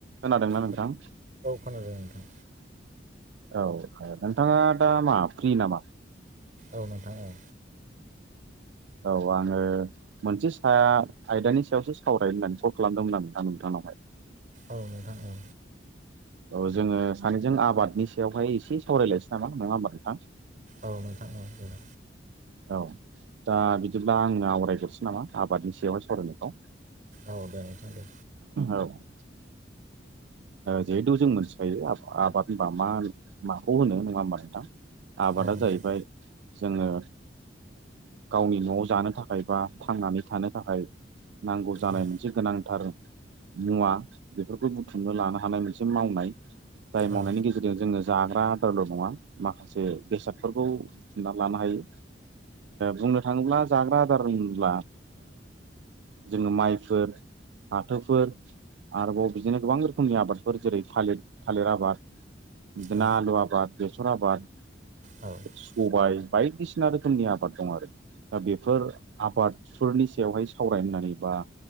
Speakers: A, on the right; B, on the right.
A: खोनादोंना नोंथां
B: हेल' औ खोनादों नोंथां
A: औ नोंथाङा दा मा फ्रि नामा
B: औ नोंथां औ
A: औ आङो मोनसे सा आयदानि सायावसो सावरायनो होननानै कल खालामदोंमोन आं नोंथां नोंथांनाव <unintelligible>
B: औ नोंथां औ
A: औ जोङो सानैजों आबादनि सायावहाय एसे सावरायलायसै नामा नङा होमबा नोंथां
B: औ नोंथांनाव जागोन
A: औ दा बिदिब्ला आंनो आवरायगरसै नामा आबादनि सायावहाय सावरायनायखौ
B: औ दे नोंथां दे
A: औ जिहेथु जों मोनथिखायो आबाद होनबा मा माखौ होनो नङा होमबा नोंथां आबादा
B: औ नोंथां
A: जाहैबाय जोङो गावनि न'वाव जानो थाखाय बा थांनानै थानो थाखाय नांगौ जानाय
B: औ
A: मोनसे गोनांथार मुवा बेफोरखौ बुथुम लानो हानाय मोनसे मावनाय जाय मावनायनि
B: औ
A: गेजेरजों जोङो जाग्रा दारल नङा माखासे बेसादफोरखौ बुथुमना लानो हायो बुंनो थाङोब्ला जाग्रा आदार होनोब्ला जोङो माइफोर फाथोफोर आरोबाव बिदिनो गोबां रोखोम रोखोमनि आबादफोर जेरै थालिर थालिर आबाद
B: औ
A: आलु आबाद बेसर आबाद
B: औ
A: सबाय बायदिसिना रोखोमनि आबाद दं आरो दा बेफोर आबादफोरनि सायावहाय सावरायनानै बा